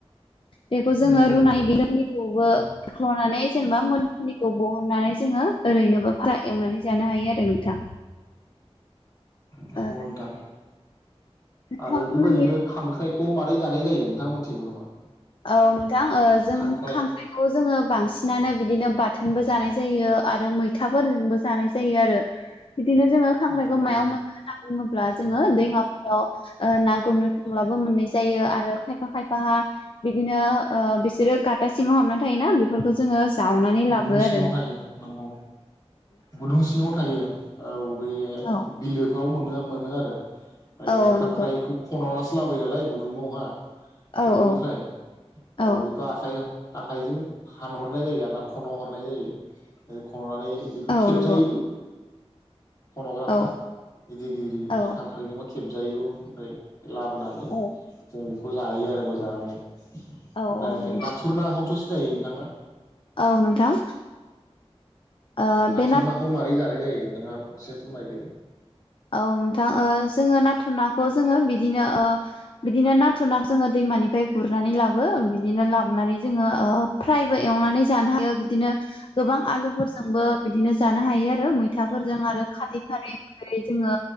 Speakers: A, on the left (about 55°); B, on the left (about 35°).
A: बेखौ जोङो
B: नंगौ
A: रुनाय <unintelligible> बख्ल'नानै जेनेबा मोनफुनिखौ बन नानै जोङो ओरैनोबो बा फ्राय एवनानै जानो हायो आरो नोंथां।
B: नंगौ
A: ओ
B: नोंथां
A: नोंथांमोननि
B: आरो बेबायदिनो खां फिथाइखौ मारै जानाय जायो नोंथाङा मोनथिगौ नामा।
A: औ नोंथां जों
B: खांख्राइ
A: खांख्राइखौ जोङो बांसिनानो बिदिनो बार बिथोनबो जानाय जायो आरो मैथाफोरजोंबो जानाय जायो आरो। बिदिनो जोङो खांख्राइखौ
B: नंगौ
A: मायाव मोनो होनना बुङोब्ला जोङो दैमाफोराव ओ ना गुरनो थाङो। अब्लाबो मोननाय जायो आरो खायफा खायफाहा। बिदिनो ओ बिसोरो गाथा सिङाव हाबना थायोना बेफोरखौ जोङो। जावनानै
B: गुदुं
A: लाबो
B: सिङाव
A: आरो नोंथां
B: थायो नंगौ। गुदुं सिङाव थायो औ बे
A: जायो औ
B: बिलोफ्राव मोन मोनो आरो ओमफ्राय
A: औ
B: बे खांख्राइखौ
A: नंगौ
B: खन'नासो लाबोयो नालाय गुदुङावहा। गुदुंनिफ्राय
A: औ औ औ
B: बेखौ आखाइ आखाइजों हानहरनाय जायो आर ना। खन'हरनाय जायो आरो खन'नानै बेखौ
A: औ
B: खेबजायोबो।
A: नंगौ
B: खन'ग्राफ्रा
A: औ
B: गिदिर गिदिर
A: औ
B: आ ओख्रायजोंबा खेबजायोबो ओमफ्राय। लाबोनानै
A: औ
B: जों बेखौ जायो आरो मोजाङै। ओमफ्राय
A: औ नोंथां
B: नाथुर नाखौथ' सिनायो नोंथाङा।
A: औ नोंथां ओ
B: नाथुर
A: बे
B: नाखौ मारै जानाय जायो नोंथाङा एसे फोरमायदो।
A: औ नोंथां जोङो नाथुर नाखौ। जोंङो बिदिनो ओ बिदिनो नाथुर ना जोंङो दैमानिफ्राय गुरनानै लाबो बिदिनो लाबोनानै। जोंङो फ्रायबो एवनानै जानो हायो बिदिनो गोबां‌ आलुफोरजोंबो बिदिनो जानो हायो आरो मैथाफोरजों आरो खारै-खारै ओं। फाय जोङो